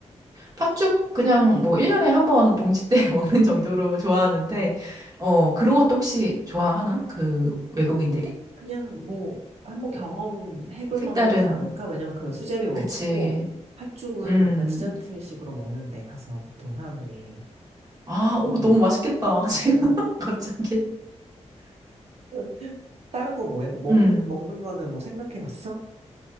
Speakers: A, on the right; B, on the right.
A: 팥죽 그냥 뭐 1년에 한 번 동치 때 <laughs> 먹는 정도로 좋아하는데, 어, 그런 것도 혹시 좋아하나? 그 외국인들이?
B: 그냥 뭐 한번 경험해볼
A: 색다른,
B: 만하지 않을까? 왜냐면 그 수제비 먹고
A: 그치.
B: 팥죽을
A: 음.
B: 그러니까 디저트식으로 먹는데 가서 보통 사람들이
A: 아, 오,
B: 음,
A: 너무 맛있겠다. <laughs> 지금
B: 어,
A: 갑자기.
B: <laughs> 다른 거 뭐해? 뭐 먹는
A: 음.
B: 먹는 거는 뭐 생각해봤어?